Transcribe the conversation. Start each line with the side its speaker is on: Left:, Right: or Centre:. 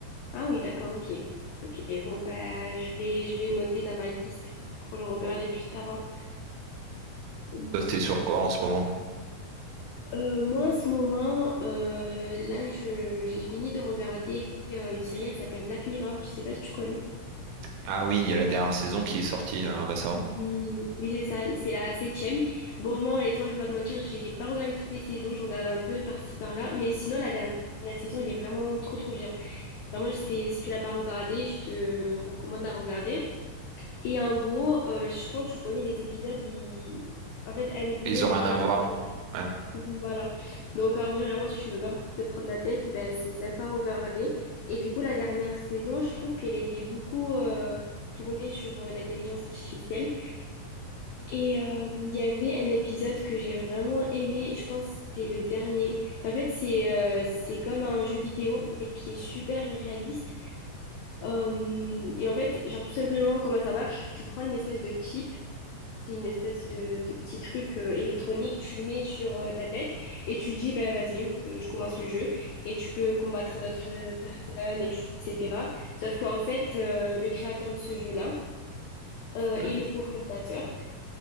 Left: Ah oui, d'accord, ok. Ok, bon, bah, je vais, je vais noter dans ma liste pour le regarder plus tard. hein. Hum,
Right: Toi, t'es sur quoi en ce moment?
Left: euh, moi, en ce moment, euh, là, je, j'ai fini de regarder euh, une série, elle s'appelle Black Mirror. Je sais pas si tu connais.
Right: Ah oui, il y a la dernière saison qui est sortie euh, récemment.
Left: Oui, oui, c'est ça, c'est la septième. Bon, moi, honnêtement, je vais pas te mentir, j'ai pas regardé toutes les saisons, je regarde un peu par-ci, par-là. Mais sinon, la dernière saison, elle est vraiment trop, trop bien. Vraiment, c'est, si tu l'as pas regardée, je te recommande de la regarder. Et en gros, euh, je pense que tu connais les épisodes. il- En fait, un épisode,
Right: Ils
Left: il
Right: ont rien
Left: a rien
Right: à
Left: à
Right: voir.
Left: voir avec l'autre.
Right: Ouais.
Left: Oui, voilà. Donc, en vrai, vraiment, si tu veux pas te prendre la tête, ben, c'est sympa à regarder. Et du coup, la dernière saison, je trouve qu'elle était beaucoup euh, tournée sur euh, l'intelligence artificielle. Et euh, il y avait un épisode que j'ai vraiment aimé. Je pense que c'était le dernier. en fait, c'est euh, c'est comme un jeu vidéo, mais qui est super réaliste. Euh, et en fait, genre, tout simplement, comment ça marche? Tu prends une espèce de chip. C'est une espèce de, de petit truc euh, électronique, tu le mets sur euh, ta tête et tu dis, bah, vas-y, euh, je commence le jeu et tu peux combattre d'autres euh, personnes, etc. Sauf qu'en fait, euh, le créateur de ce jeu-là euh,
Right: Hmm.
Left: et le cofondateur,